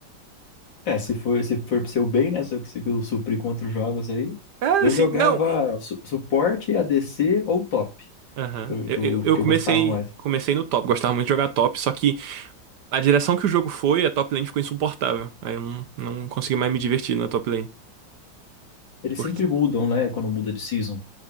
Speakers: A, on the left; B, on the right.
A: é, se for, se for pro seu bem, né? Se eu conseguir suprir com outros jogos aí.
B: É,
A: Eu
B: assim,
A: jogava
B: não.
A: su suporte, ADC ou top,
B: Aham.
A: que eu,
B: Eu,
A: que eu,
B: eu, eu
A: que
B: comecei,
A: eu gostava mais.
B: comecei no top, gostava muito de jogar top, só que a direção que o jogo foi, a top lane ficou insuportável. Aí eu não, não consegui mais me divertir na top lane.
A: Eles
B: Porque,
A: sempre mudam, né? Quando muda de season.